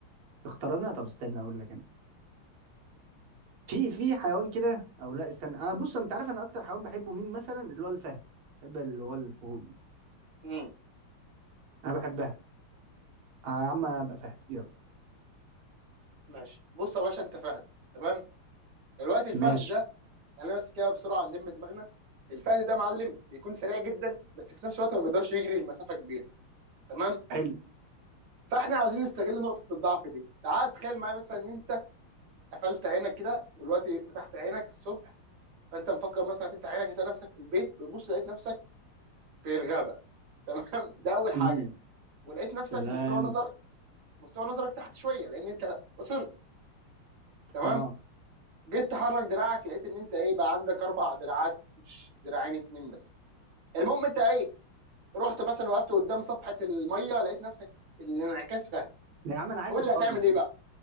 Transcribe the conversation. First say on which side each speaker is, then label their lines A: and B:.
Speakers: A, on the right; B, on the right.
A: اختار أنا طب استنى أقول لك أنا في في حيوان كده او لا استنى انا بص انت عارف انا اكتر حيوان بحبه مين مثلا اللي هو الفهد بحب اللي هو الفهود دي
B: امم
A: انا بحبها آه يا عم ابقى فهد يلا
B: ماشي بص يا باشا انت فهد تمام دلوقتي الفهد
A: ماشي
B: ده يعني بس كده بسرعه نلم دماغنا الفهد ده معلم بيكون سريع جدا بس في نفس الوقت ما بيقدرش يجري المسافه كبيره تمام
A: حلو
B: فاحنا عاوزين نستغل نقطه الضعف دي تعال تخيل معايا مثلا ان انت قفلت عينك كده ودلوقتي فتحت عينك الصبح فانت مفكر مثلا هتفتح عينك هتلاقي نفسك في البيت بتبص لقيت نفسك في الغابه تمام <laughs> ده اول حاجه
A: امم
B: ولقيت نفسك
A: سلام
B: مستوى نظرك مستوى نظرك تحت شويه لان انت قصرت تمام
A: اه
B: جيت تحرك دراعك لقيت ان انت ايه بقى عندك اربع دراعات مش دراعين اتنين بس المهم انت ايه رحت مثلا وقفت قدام صفحه الميه لقيت نفسك الانعكاس فهد
A: ده يا عم انا عايز
B: قول
A: اصطاد
B: لي هتعمل
A: يا عم
B: ايه بقى